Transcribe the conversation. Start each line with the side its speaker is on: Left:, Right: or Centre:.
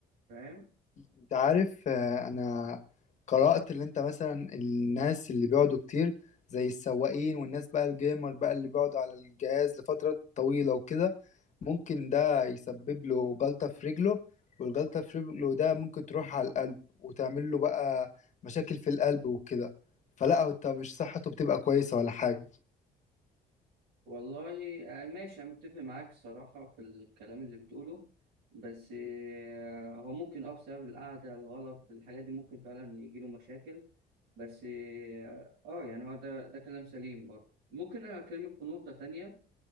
Right: فاهم
Left: انت عارف آه، انا قرأت اللي انت مثلا الناس اللي بيقعدوا كتير زي السواقين والناس بقى الجيمر بقى اللي بيقعدوا على الجهاز لفترة طويلة وكده ممكن ده يسبب له جلطة في رجله والجلطة في رجله ده ممكن تروح على القلب وتعمل له بقى مشاكل في القلب وكده فلا هو انت مش صحته بتبقى كويسة ولا حاجة
Right: والله آه، ماشي أنا متفق معاك الصراحة في الكلام اللي بتقوله بس آه، هو ممكن أه بسبب القعدة الغلط الحاجات دي ممكن فعلا يجيله مشاكل بس اه آه، يعني هو ده ده كلام سليم برضه ممكن أنا أكلمك في نقطة تانية